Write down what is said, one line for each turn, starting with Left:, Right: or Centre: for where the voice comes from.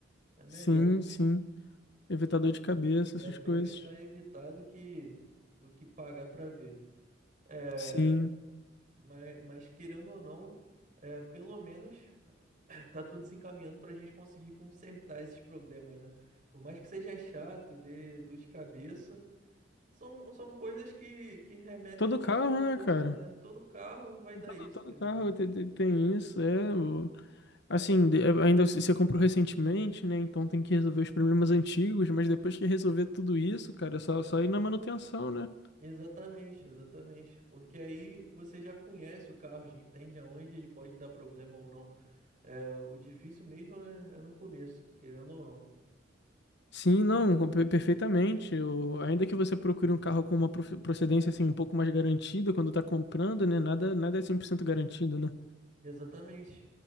Right: É melhor.
Left: Sim, sim. Evitar dor de cabeça,
Right: É
Left: essas
Right: bem
Left: coisas.
Right: melhor evitar do que, do que pagar para ver. É,
Left: Sim.
Right: mas, mas querendo ou não, é, pelo menos <clears throat> tá tudo se encaminhando para a gente conseguir consertar esses problemas, né? Por mais que seja chato, dê dor de cabeça, são, são coisas que, que remetem
Left: Todo
Right: ao nosso
Left: carro,
Right: conforto,
Left: né, cara?
Right: né? Todo carro vai dar
Left: Todo,
Right: isso,
Left: todo
Right: querendo
Left: carro
Right: ou não.
Left: te- te- tem, isso, é. Assim, de- é, ainda c- você comprou recentemente, né? Então tem que resolver os problemas antigos, mas depois que resolver tudo isso, cara, é só, só ir na manutenção, né?
Right: Exatamente, exatamente. Porque aí você já conhece o carro, já entende aonde ele pode dar problema ou não. É, o difícil mesmo é, é no começo, querendo ou não.
Left: Sim, não, com- per- perfeitamente. Eu- ainda que você procure um carro com uma profe- procedência assim um pouco mais garantida quando tá comprando, né? Nada, nada é 100% garantido, né?
Right: Exatamente.